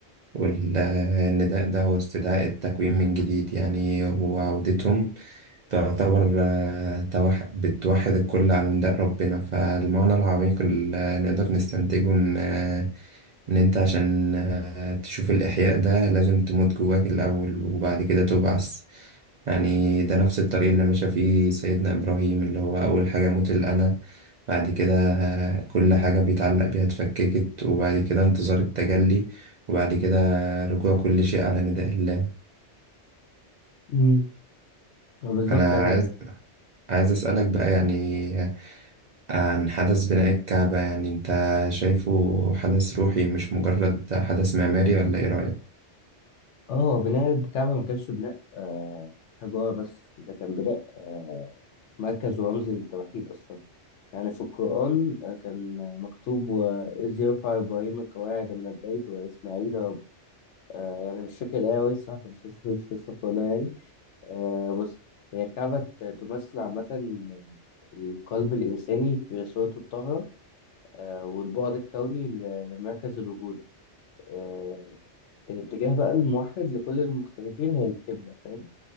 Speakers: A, on the right; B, on the left.
A: والنداء ده هو استدعاء التكوين من جديد يعني وعودتهم تعتبر آه، توح- بتوحد الكل على نداء ربنا فالمعنى العميق اللي نقدر نستنتجه إن آه، إن أنت عشان آه، تشوف الإحياء ده لازم تموت جواك الأول وبعد كده تبعث يعني ده نفس الطريق اللي مشى فيه سيدنا إبراهيم اللي هو أول حاجة موت الأنا بعد كده آه، كل حاجة بيتعلق بيها اتفككت وبعد كده انتظار التجلي وبعد كده آه، رجوع كل شيء على نداء الله
B: امم اه بالظبط
A: أنا
B: يعني
A: عايز عايز أسألك بقى يعني عن حدث بناء الكعبة يعني أنت شايفه حدث روحي مش مجرد حدث معماري ولا إيه رأيك؟
B: اه هو بناء الكعبة ما كانش بناء آه حجارة بس ده كان بناء آه مركز ورمز للتوحيد أصلا يعني في القرآن آه، كان مكتوب وإذ يرفع إبراهيم القواعد من البيت وإسماعيل رب- آه يعني مش فاكر الآية أوي الصراحة فمش هسويتش استغفر الله يعني آه بص هي الكعبة ت- تمثل عامة القلب الإنساني في صورته الطاهرة آه والبعد الكوني ل- لمركز الوجود آه، الاتجاه بقى الموحد لكل المختلفين هي القبلة فاهم